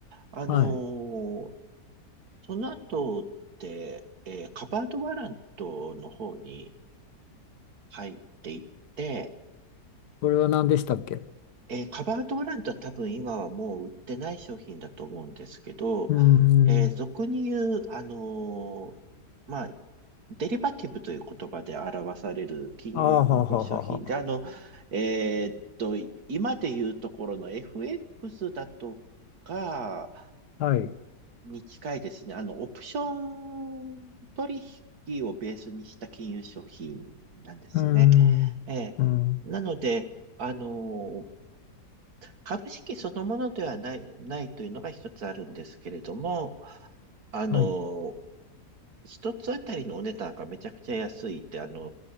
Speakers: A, on the right; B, on the left.
A: あの、
B: はい。
A: その後って、えーカバードワラントの方に入っていって、
B: これは何でしたっけう
A: えーカバードワラントは多分今はもう売ってない商品だと思うんですけど、
B: ーん、
A: えー俗に言う、あのーまあ、デリバティブという言葉で表される金融複合商品で、
B: あーははははは、
A: あの、えーっと、今で言うところの FX だとか、
B: あはい、う
A: に近いですね。あの、オプション取引をベースにした金融商品なんですね。
B: ーん、
A: ええ。
B: うん、
A: なので、あの、株式そのものではない、ないというのが一つあるんですけれども、あの、
B: はい、
A: 一つあたりのお値段がめちゃくちゃ安いって、あの、